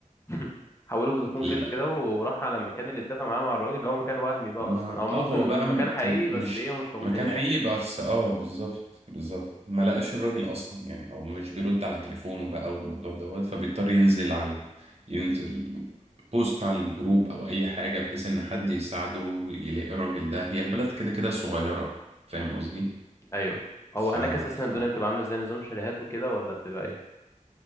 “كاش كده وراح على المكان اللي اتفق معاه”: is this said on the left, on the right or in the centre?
Left